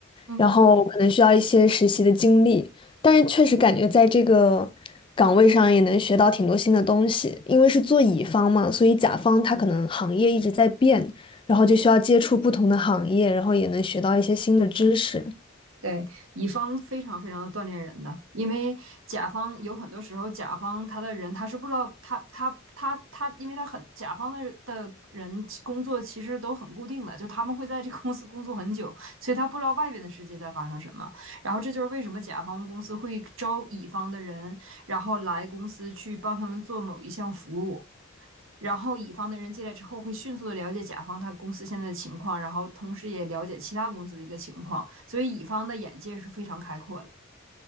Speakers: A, on the right; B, on the left.
A: 嗯。
B: 然后可能需要一些实习的经历，但是确实感觉在这个岗位上也能学到挺多新的东西，因为是做乙方嘛，所以甲方他可能行业一直在变，然后就需要接触不同的行业，然后也能学到一些新的知识。
A: 对，乙方非常非常的锻炼人的，因为甲方有很多时候，甲方他的人他是不知道他他他他，因为他很甲方的的人工作其实都很固定的，就他们会在这个公司工作很久，所以他不知道外边的世界在发生什么。然后这就是为什么甲方公司会招乙方的人，然后来公司去帮他们做某一项服务。然后乙方的人进来之后，会迅速的了解甲方他公司现在的情况，然后同时也了解其他公司的一个情况，所以乙方的眼界是非常开阔的。